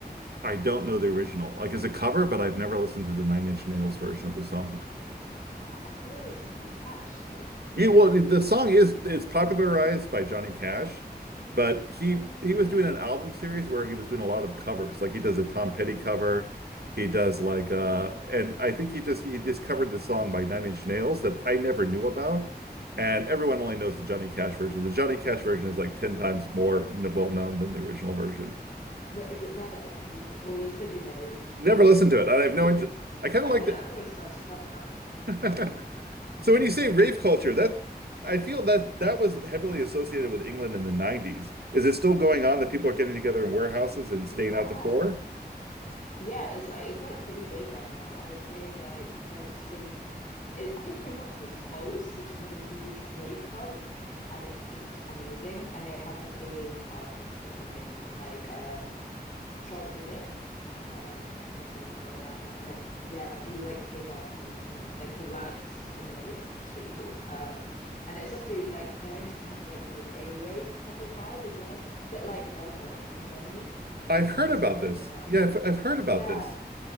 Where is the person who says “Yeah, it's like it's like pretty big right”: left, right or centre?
Left